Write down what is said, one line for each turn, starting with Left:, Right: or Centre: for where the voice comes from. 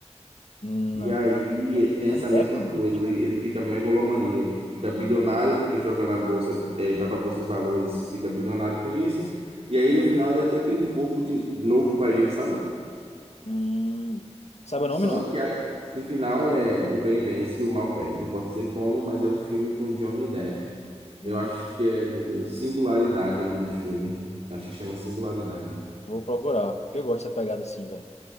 Left: Hum,
Right: E
Left: Não.
Right: aí tem essa
Left: Johnny Depp,
Right: mesma
Left: não duvido,
Right: coisa, ele,
Left: não.
Right: ele fica megalomaníaco, fica bilionário porque joga na bolsa, eh, vai para a bolsa de valores, fica bilionário com isso. E aí no final ele até cria um corpo de novo para ele, sabe?
Left: Hum. Sabe o
Right: Só
Left: nome, não?
Right: que a- no final é o bem vence e o mal perde. Não posso dizer como, mas é o filme com Johnny Depp.
Left: Hum.
Right: Eu acho que é, meu Deus, Singularidade o nome do filme. Acho que chama Singularidade.
Left: Vou procurar, porque eu gosto dessa pegada assim, velho.